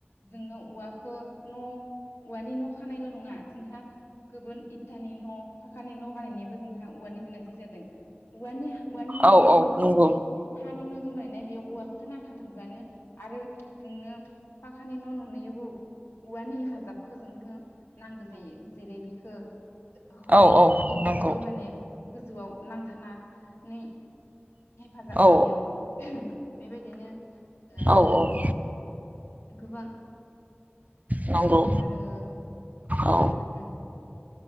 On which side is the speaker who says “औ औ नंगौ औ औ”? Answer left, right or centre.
Right